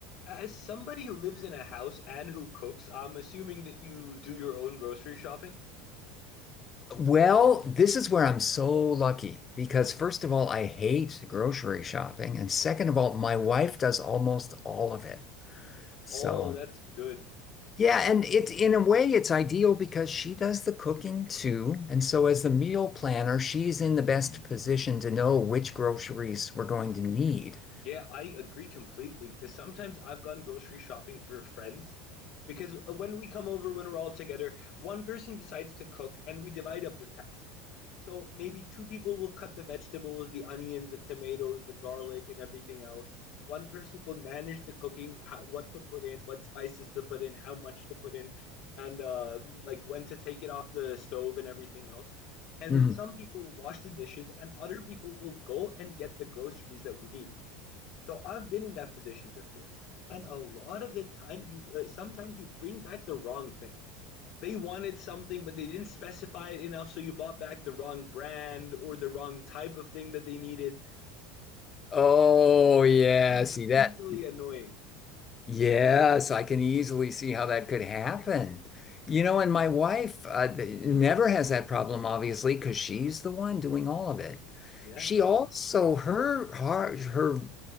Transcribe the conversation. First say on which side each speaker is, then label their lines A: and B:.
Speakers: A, on the left; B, on the left.
A: As somebody who lives in a house and who cooks, I'm assuming that you do your own grocery shopping?
B: Well, this is where I'm so lucky because, first of all, I hate grocery shopping. And second of all, my wife does almost all of it. So,
A: Oh, that's good.
B: yeah. And it's in a way, it's ideal because she does the cooking too. And so, as the meal planner, she's in the best position to know which groceries we're going to need.
A: Yeah, I agree completely because sometimes I've gone grocery shopping for friends because uh, when we come over, when we're all together, one person decides to cook and we divide up the tasks. So maybe two people will cut the vegetables, the onions, the tomatoes, the garlic, and everything else. One person will manage the cooking, how, what to put in, what spices to put in, how much to put in, and uh, like when to take it off the stove and everything else. And
B: Mhm.
A: then some people will wash the dishes, and other people will go and get the groceries that we need. So I've been in that position before. And a lot of the time, you uh, sometimes you bring back the wrong thing. They wanted something, but they didn't specify it enough, so you bought back the wrong brand or the wrong type of thing that they needed.
B: Oh,
A: That
B: yeah.
A: can be
B: See that?
A: really annoying.
B: Yes, I can easily see how that could happen. You know, and my wife uh, th- never has that problem, obviously, because she's the one doing all of it.
A: Yeah.
B: She also, her hard, her